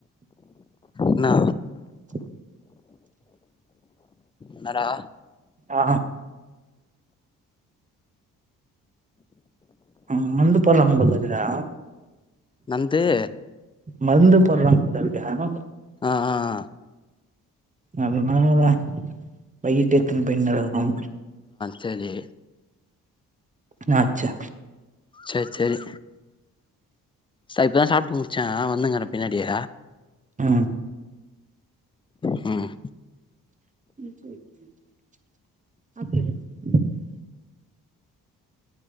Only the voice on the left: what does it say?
ன்னா
ன்னரா
நந்து
அ அ ஆ
சேலி
சே சேரி தா இப்பதா சாப்ட்டு முட்ச்ச வந்துங்கற பின்னாடியே
ம்